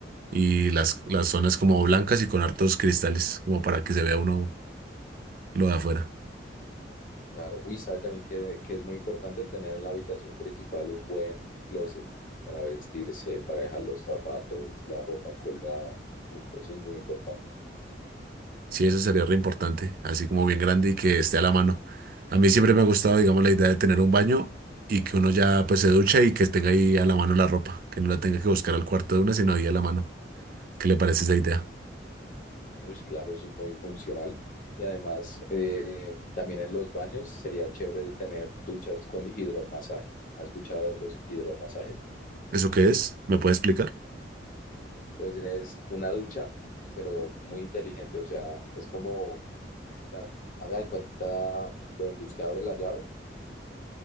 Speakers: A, on the right (about 50°); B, on the left (about 45°).
A: y las, las zonas como blancas y con hartos cristales, como para que se vea uno lo de afuera.
B: Claro, uy, sabe también que, que es muy importante tener en la habitación principal un buen closet para vestirse, para dejar los zapatos, la ropa colgada. Uf, eso es muy importante.
A: Sí, eso sería re importante, así como bien grande y que esté a la mano. A mí siempre me ha gustado, digamos, la idea de tener un baño y que uno ya pues se ducha y que tenga ahí a la mano la ropa, que no la tenga que buscar al cuarto de una, sino ahí a la mano. ¿Qué le parece esa idea?
B: Uy, claro, eso es muy funcional. Y además, eh, también en los baños sería chévere tener duchas con hidromasaje. ¿Has escuchado de los hidromasajes?
A: ¿Eso qué es? ¿Me puede explicar?
B: Pues es una ducha, pero muy inteligente. O sea, es como, la, haga de cuenta de donde usted abre la llave